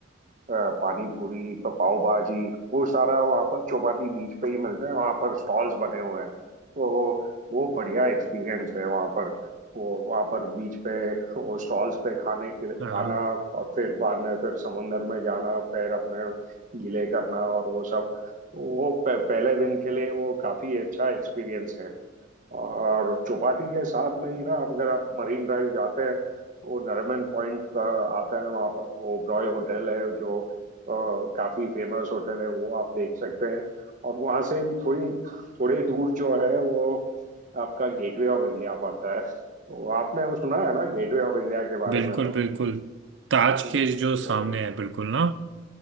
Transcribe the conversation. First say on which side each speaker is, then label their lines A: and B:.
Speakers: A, on the right; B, on the right.
A: अ, पानी पूरी प- पाव भाजी वो सारा वहाँ पर चौपाटी बीच पे ही मिलता है वहाँ पर स्टॉल्स बने हुए हैं तो वो बढ़िया एक्सपीरियंस है वहाँ पर वो वहाँ पर बीच पे वो स्टॉल्स पे खाने के लिए
B: हाँ
A: खाना और फिर बाद में फिर समुंदर में जाना फिर अपने गीले करना और वो सब वो प- पहले दिन के लिए वो काफी अच्छा एक्सपीरियंस है और चौपाटी के साथ में ही ना आप अगर आप मरीन ड्राइव जाते हैं वो नरीमन पॉइंट का आता है वहाँ पर वो ओबरॉय होटल है जो अ, काफी फेमस होटल है वो आप देख सकते हैं और वहाँ से ही थोड़ी थोड़ी दूर जो है वो आपका गेटवे ऑफ इंडिया पड़ता है तो आपने वो सुना है ना गेटवे ऑफ इंडिया के बारे
B: बिल्कुल
A: में तो
B: बिल्कुल ताज
A: हम्म,
B: के जो
A: तो
B: सामने है बिल्कुल ना